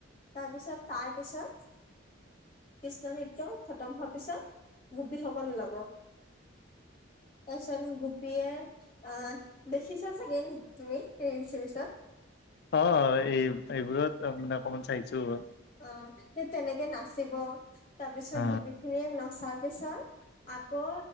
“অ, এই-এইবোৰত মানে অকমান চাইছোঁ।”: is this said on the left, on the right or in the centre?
Left